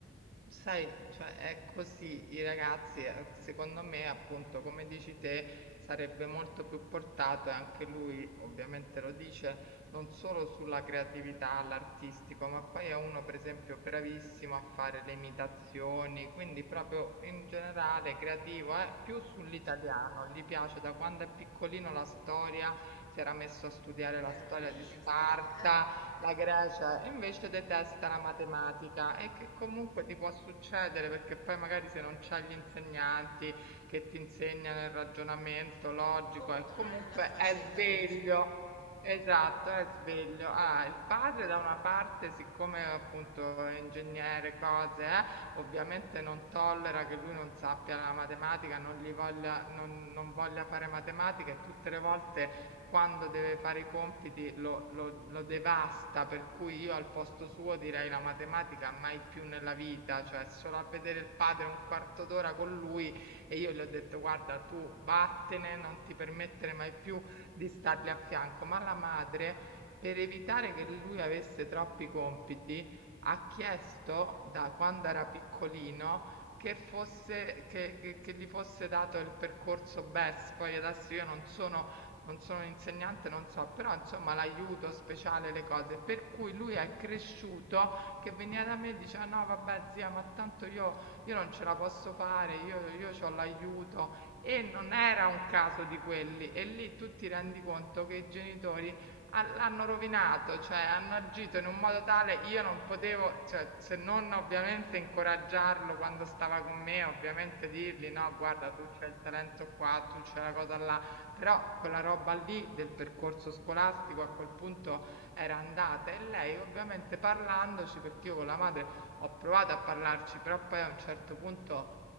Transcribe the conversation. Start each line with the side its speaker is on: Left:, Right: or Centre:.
Right: Sai, cioè è così, i ragazzi, ehm, secondo me, appunto, come dici te, sarebbe molto più portato e anche lui ovviamente lo dice, non solo sulla creatività, all'artistico, ma poi è uno, per esempio, bravissimo a fare le imitazioni, quindi proprio in generale creativo, è più sull'italiano, gli piace da quando è piccolino la storia, si era messo a studiare
Left: Eh, Ma sei
Right: la storia
Left: romanistica,
Right: di Sparta.
Left: eh?
Right: La Grecia e invece detesta la matematica e che comunque ti può succedere perché poi magari se non c'hai gli insegnanti che ti insegnano il ragionamento logico
Left: Eh, Comunque
Right: e comunque
Left: non è la sua
Right: è
Left: scelta
Right: sveglio,
Left: principale.
Right: Esatto, è sveglio. Ah, il padre da una parte, siccome appunto è ingegnere, cose, eh, ovviamente non tollera che lui non sappia la matematica, non gli voglia, non, non voglia fare matematica e tutte le volte quando deve fare i compiti lo, lo- lo devasta, per cui io al posto suo direi la matematica mai più nella vita, cioè solo a vedere il padre un quarto d'ora con lui e io gli ho detto guarda tu vattene, non ti permettere mai più di stargli a fianco, ma la madre, per evitare che lui avesse troppi compiti, ha chiesto da quando era piccolino che fosse, che, che- che gli fosse dato il percorso BES. Poi adesso io non sono, non sono un insegnante, non so, però insomma l'aiuto speciale, le cose. Per cui lui è cresciuto che veniva da me e diceva: No, vabbè, zia, ma tanto io, io non ce la posso fare, io, io ho l'aiuto. E non era un caso di quelli, e lì tu ti rendi conto che i genitori ha- l'hanno rovinato, cioè hanno agito in un modo tale io non potevo, cioè, se non ovviamente incoraggiarlo quando stava con me, ovviamente dirgli no, guarda, tu c'hai il talento qua, tu c'hai la cosa là, però quella roba lì del percorso scolastico a quel punto era andata e lei ovviamente parlandoci, perché io con la madre ho provato a parlarci, però poi a un certo punto